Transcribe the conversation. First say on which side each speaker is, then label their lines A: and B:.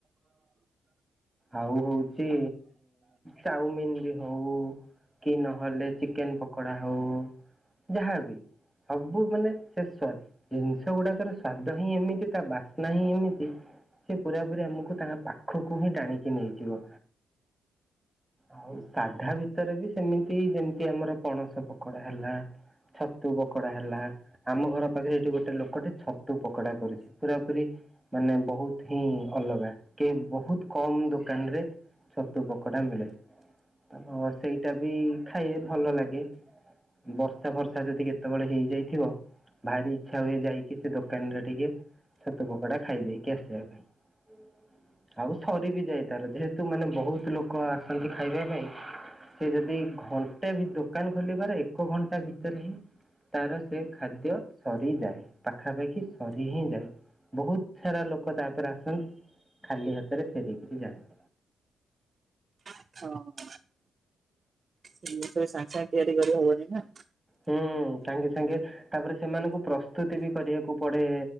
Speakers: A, in the centre; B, on the right.
A: ଆଉ ହଉଛି ଚାଉମିନ ବି ହଉ। କି ନହେଲେ ଚିକେନ ପକୋଡା ହଉ ଯାହାବି। ସବୁ ମାନେ ସେ ସ୍ୱାଦ ଜିନିଷ ଗୁଡାକର ସ୍ଵାଦ ହିଁ ଏମିତି ତା ବାସ୍ନା ହିଁ ଏମିତି ସେ ପୁରାପୁରି ଆମକୁ ତାଙ୍କ ପାଖକୁ ହିଁ ଟାଣିକି ନେଇଯିବ। ଆଉ ସାଧା ଭିତରେ ବି ସେମିତି ଯେମିତି ଆମର ପଣସ ପ କୋଡା ହେଲା ଛତୁ ପକୋଡା ହେଲା ଆମ ଘର ପାଖରେ ଏଇଠି ଗୋଟେ ଲୋକଟେ ଛ ତୁ ପକଡା କରୁଛି ପୁରା ପୁରି ମାନେ ବହୁତ ହିଁ ଅଲଗା କି ବହୁତ କମ୍ ଦୋ କାନ ରେ ଛତୁ ପକୋଡା ମିଳେ। ତ ସେଇଟା ବି ଖାଏ ଭଲ ଲାଗେ। ବର୍ଷା ଫର୍ଷା ଯଦି କେତେବେଳେ ହେଇଯାଇଥିବ। ଭାରି ଇଚ୍ଛା ହୁଏ ଯାଇକି ସେ ଦୋକାନରେ ଟିକେ ଛତୁ ପକୋଡା ଖାଇ ଦେଇକି ଆସିବା ପାଇଁ ଆଉ ସରି ବି ଯାଏ ତାର, ଯେହେତୁ ମାନେ ବହୁତ ଲୋକ ଆସନ୍ତି ଖାଇବା ପାଇଁ। ସେ ଯଦି ଘଣ୍ଟେ ବି ଦୋକାନ ଖୋଲିବାର ଏକ ଘଣ୍ଟା ଭିତରେ ହିଁ ତାର ସେ ଖାଦ୍ୟ ସରିଯାଏ ପାଖାପାଖି ସରି ହିଁ ଯାଏ। ବହୁତ୍ ସାରା ଲୋକ ତାପରେ ଆସନ୍ତି ଖାଲି ହାତରେ ଫେରିକିରି ଯାଆନ୍ତି।
B: ହଁ। <unintelligible> ସାଙ୍ଗେ ସାଙ୍ଗେ ତିଆରି କରି ହବନି ନା।
A: ହୁଁ ସାଙ୍ଗେ ସାଙ୍ଗେ ତାପରେ ସେମାନଙ୍କୁ ପ୍ରସ୍ତୁତି ବି କରିବାକୁ ପଡେ।